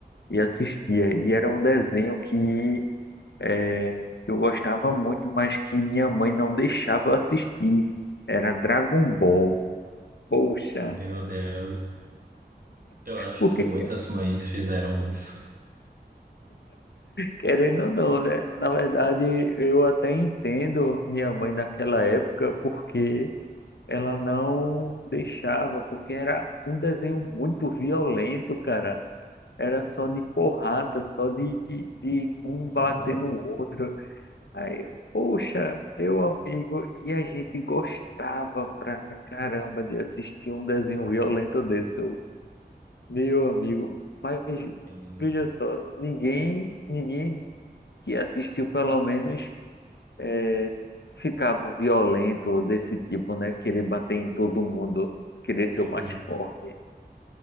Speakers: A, on the left; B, on the right.
A: E assistia. E era um desenho que é, que eu gostava muito, mas que minha mãe não deixava eu assistir. Era Dragon Ball. Poxa,
B: Meu Deus, eu acho
A: porque
B: que muitas mães fizeram isso.
A: querendo ou não, né? Na verdade, eu até entendo minha mãe naquela época porque ela não deixava, porque era um desenho muito violento, cara. Era só de porrada, só de, de um
B: <laughs>
A: bater no outro. Aí, eu, poxa, meu amigo, e a gente gostava pra caramba de assistir um desenho violento desse, eu, meu amigo. Mas
B: Sim.
A: veja só, ninguém, ninguém que assistiu pelo menos é, ficava violento desse tipo, né? Querer bater em todo mundo, querer ser
B: Uhum.
A: o mais forte.